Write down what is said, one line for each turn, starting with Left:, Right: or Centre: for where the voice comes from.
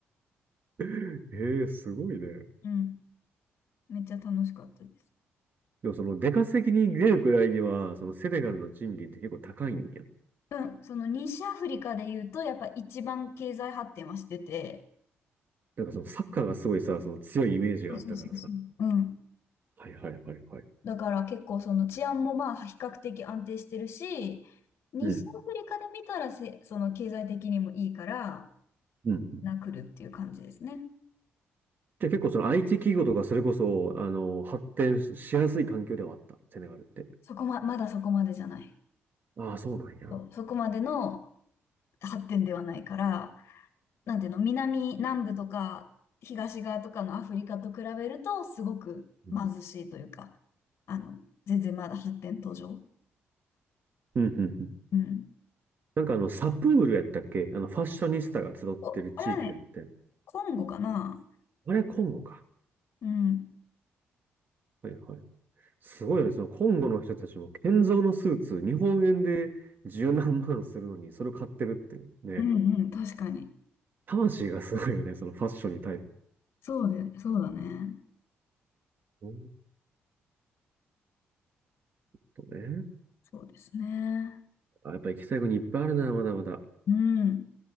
Right: <laughs> へえ、すごいね。
Left: うん、めっちゃ楽しかったです。
Right: でもその、出稼ぎに出るくらいには、そのセネガルの賃金って結構高いんや。
Left: うん、その西アフリカで言うとやっぱ一番経済発展はしてて、
Right: なんかそのサッカーがすごいさ、その強いイメージがあったからさ。
Left: そうそうそうそう。うん。
Right: はいはいはいはい。
Left: だから結構その治安もまあ比較的安定してるし、西アフリカで見たらせ、
Right: うん。
Left: その経済的にもいいから、
Right: うん。
Left: なくるっていう感じですね。
Right: じゃあ結構その IT 企業とかそれこそ、あの、発展しやすい環境ではあった、セネガルって。
Left: そこま、まだそこまでじゃない。
Right: ああ、そうなんや。う
Left: そう、そこまでの発展ではないから、なんていうの、南、南部とか東側とかのアフリカと比べると、すごく貧しいというか、
Right: ん
Left: あの、全然まだ発展途上。
Right: うんうん
Left: うん。
Right: なんかあの、サプールやったっけあの、ファッショニスタが集ってる地域があって。
Left: お、あれはね、コンゴかな。
Right: あれはコンゴか。
Left: うん。
Right: はいはい。すごいよね。そのコンゴの人たちも、建造のスーツ、日本円で十何万するのに、それを買ってるってね。
Left: うんうん、確かに。
Right: 魂がすごいよね。そのファッションに対する。
Left: そうで、そうだね。
Right: ほんとね。
Left: そうですね。
Right: あ、やっぱ行きたい国いっぱいあるな、まだまだ。
Left: うん。